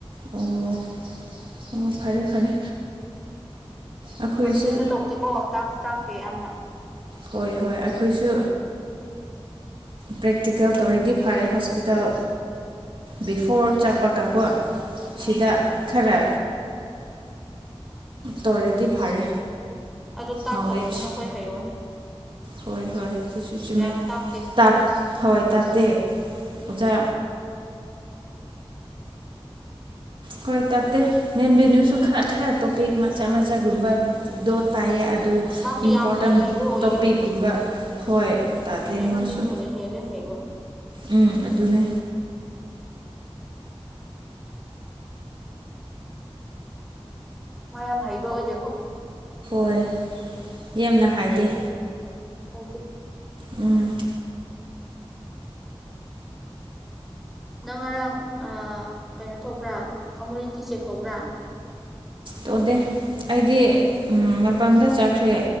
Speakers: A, on the right (about 55°); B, in the centre.
A: ꯑꯣ ꯑꯣ ꯐꯔꯦ ꯐꯔꯦ ꯑꯩꯈꯣꯏꯁꯨ
B: ꯄꯔꯇꯤꯀꯦꯟꯗ ꯇꯧꯗꯦꯀꯣꯥꯛꯁꯨ ꯇꯥꯛꯇꯦ ꯌꯥꯝꯅ
A: ꯍꯣꯏ ꯍꯣꯏ ꯑꯩꯈꯣꯏꯁꯨ ꯄ꯭ꯔꯦꯛꯇꯤꯀꯦꯜ ꯇꯧꯔꯦꯗꯤ ꯐꯔꯦ ꯍꯣꯁꯄꯤꯇꯥꯜ ꯕꯤꯐꯣꯔ ꯆꯞꯄꯒ ꯀꯣ
B: ꯎꯝ
A: ꯁꯤꯗ ꯈꯔ ꯇꯧꯔꯦꯗꯤ ꯐꯔꯦ
B: ꯑꯗꯨ ꯇꯥꯛꯇꯕꯅꯤꯅ
A: ꯅꯣꯂꯦꯖ
B: ꯑꯩꯈꯣꯏ ꯍꯩꯔꯣꯏ
A: ꯍꯣꯏ ꯍꯣꯏ ꯁꯤ ꯆꯨꯝꯃꯦ
B: ꯌꯥꯝꯅ ꯇꯥꯛꯇꯦ
A: ꯇꯞ ꯊꯋꯥꯣꯏ ꯇꯥꯇꯦ ꯑꯣꯖꯥ ꯀꯣꯏ ꯇꯦ ꯃꯕꯤꯅꯁꯨ ꯈꯔ ꯈꯔ ꯇꯣꯄꯤꯛ ꯃꯆꯥ ꯃꯆꯥꯒꯨꯝꯕꯗꯣ
B: ꯎꯝ
A: ꯇꯥꯏꯌꯦ ꯑꯗꯨ
B: ꯃꯥꯁꯨ
A: ꯏꯝꯄꯣꯔꯇꯦꯟ
B: ꯌꯥꯝꯅ ꯍꯩꯕ ꯑꯣꯏꯗꯦ
A: ꯝꯕ ꯍꯣꯏ ꯇꯥꯗꯦ
B: ꯃꯦꯝ
A: ꯃꯥꯁꯨ
B: ꯅ ꯊꯣꯏꯅ ꯍꯦꯜꯂꯦ ꯍꯥꯏꯌꯦꯕ
A: ꯎꯝ ꯑꯗꯨꯅꯦ
B: ꯃꯥꯌꯥꯝ ꯍꯩꯕ ꯑꯣꯏꯖꯦꯀꯣ
A: ꯍꯣꯏ ꯌꯥꯝꯅ ꯍꯥꯏꯗꯦ
B: ꯑꯩꯗꯤ
A: ꯎꯝ
B: ꯅꯪ ꯉꯔꯥꯡ ꯀꯩꯅꯣ ꯇꯧꯕ꯭ꯔꯥ ꯀꯃꯨꯅꯤꯇꯤ ꯆꯦꯛ ꯇꯧꯕ꯭ꯔꯥ
A: ꯇꯧꯗꯦ ꯑꯩꯗꯤ ꯃꯄꯗ ꯆꯠꯈ꯭ꯔꯦ